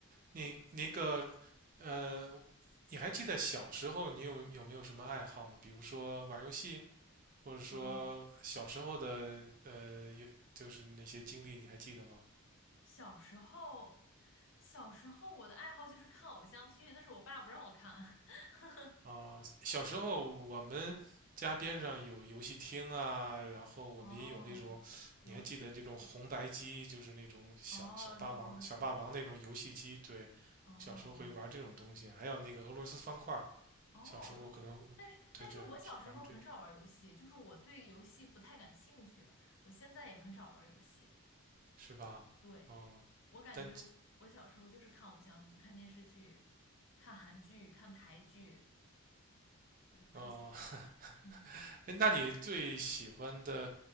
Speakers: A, on the right (about 35°); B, on the left (about 55°).
A: 你那个呃，你还记得小时候你有有没有什么爱好吗？比如说玩游戏，或者说小时候的呃，
B: 嗯嗯，
A: 有就是那些经历，你还记得吗？
B: 小时候，小时候我的爱好就是看偶像剧，但是我爸不让我看。<laughs>
A: 啊，小时候我们家边上有游戏厅啊，然后我们也有那种，
B: 哦，游戏，
A: 你还记得那种红白机，就是那种小小霸王、
B: 哦，那种游戏机，
A: 小霸王那种游戏机，对，
B: 哦
A: 小时候会玩这种东西，还有那个俄罗斯方块儿
B: 哦，
A: 小时候我可能，
B: 但是但是我小时候很少玩游戏，
A: 对对，我们去玩这种，
B: 就是我对游戏不太感兴趣，我现在也很少玩游戏。
A: 是吧？
B: 对，
A: 嗯，
B: 我感觉我小时候就是看偶像剧、
A: 但
B: 看电视剧、看韩剧、看台剧，就特喜欢。
A: 哦，<laughs>
B: <laughs>
A: 哎那你最喜欢的